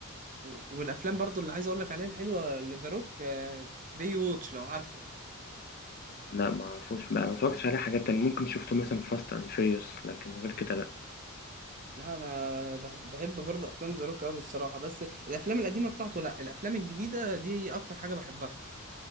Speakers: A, on the right (about 35°); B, on the left (about 45°).
A: و- والافلام برضو اللي عايز اقول لك عليها الحلوه لذا روك بي ووتش لو عارف
B: لا ما أعرفوش بقى ما اتفرجتش عليه حاجات تانية ممكن شفته مثلا في فاست أند فيريوس لكن غير كده لأ
A: لا انا بح- بحب برضه افلام ذا روك قوي الصراحه بس الافلام القديمه بتاعته لا الافلام الجديده دي اكتر حاجه بحبها